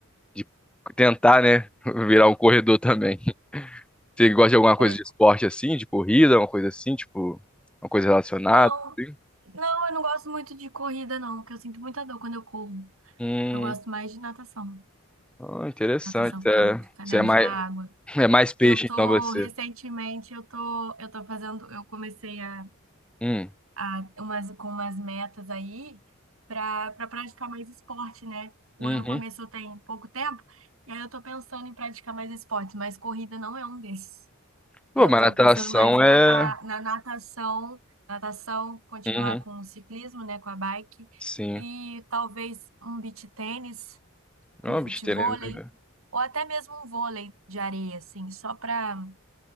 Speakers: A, in the centre; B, on the right.
A: de tentar, né, <laughs> virar um corredor também. Você gosta de alguma
B: É.
A: coisa de esporte assim, de corrida, uma coisa assim, tipo, uma coisa relacionada?
B: Não,
A: assim?
B: não, eu não gosto muito de corrida, não, porque eu sinto muita dor quando eu corro.
A: Hum,
B: Eu gosto mais de natação.
A: ah, interessante.
B: Natação, ficar,
A: É,
B: ficar
A: você
B: dentro
A: é mais,
B: da água.
A: <laughs> é mais peixe,
B: Eu tô,
A: então você.
B: recentemente, eu tô, eu tô fazendo, eu comecei a,
A: Hum,
B: a umas, com umas metas aí pra, pra praticar mais esporte, né? O
A: uhum.
B: ano começou tem pouco tempo, e aí eu tô pensando em praticar mais esporte, mas corrida não é um desses.
A: Pô,
B: Eu
A: mas
B: estou
A: natação
B: pensando mais em
A: é.
B: focar na natação, natação, continuar
A: Uhum,
B: com o ciclismo, né, com a bike,
A: sim.
B: e talvez um beach tênis, um
A: É uma
B: futevôlei,
A: besteira, né?
B: ou até mesmo um vôlei de areia, assim, só para